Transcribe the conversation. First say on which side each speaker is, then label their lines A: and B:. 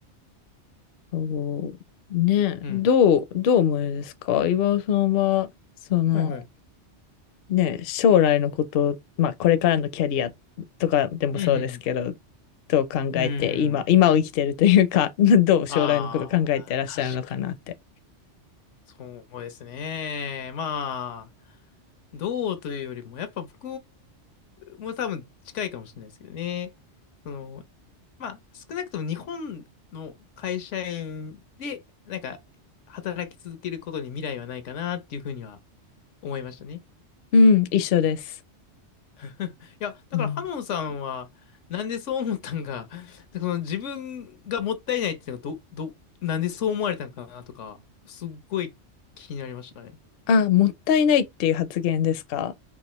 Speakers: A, on the left; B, on the left.
A: そう、ね、
B: うん。
A: どう、どう思いですか岩尾さんは、その、
B: はいはい。
A: ね、将来のこと、まあ、これからのキャリアとかでもそうですけど、
B: うん、うん、
A: どう考えて、
B: うん。う
A: 今、
B: ん。
A: 今を生きてるというか、<laughs> どう将来のこと考えてらっしゃるのかなって。
B: あー、確かに。そうですね。まあ、どうというよりも、やっぱ僕も多分近いかもしれないですけどね。その、まあ、少なくとも日本の会社員で、なんか、働き続けることに未来はないかなっていうふうには思いましたね。
A: うん、一緒です。
B: <laughs> いや、だからハノンさんは、
A: うん。
B: なんでそう思ったんか、<laughs> その自分がもったいないっていうのがど、ど、なんでそう思われたんかなとか、すっごい気になりましたね。
A: あ、もったいないっていう発言ですか